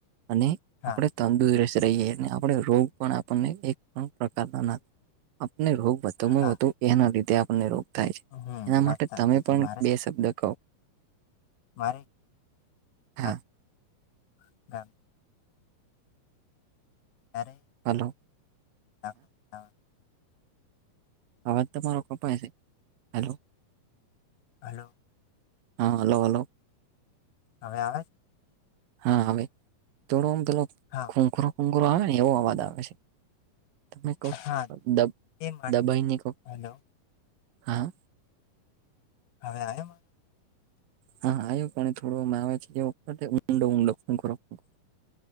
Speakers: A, on the right; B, on the left.
A: અને
B: હા
A: આપણે
B: હા
A: તંદુરસ્ત રહીએ આપણે રોગ પણ આપણને એક પ્રકારના આપને રોગ વધુમાં
B: હા
A: વધુ એના લીધે આપને રોગ થાય છે
B: હમ
A: એના
B: વાત
A: માટે
B: સાચી
A: તમે
B: છે
A: પણ
B: મારે
A: બે શબ્દ કો.
B: <inaudible>
A: હા
B: <inaudible>
A: હલો.
B: હા હા.
A: અવાજ તમારો કપાય છે હેલો.
B: હલો
A: હા હલો હલો
B: હવે આવે?
A: હા હવે તોડો આમ પેલો
B: હા
A: ખૂંખુરો ખૂંખુરો આવે ને એવો અવાજ આવે છે. તમે કોક
B: હા
A: દ
B: એ માટે
A: દબાઈની કો
B: હલો
A: હા.
B: હવે આયો?
A: હા આવ્યો પણ થોડો આવે છે ઊંડો ઊંડો <unintelligible>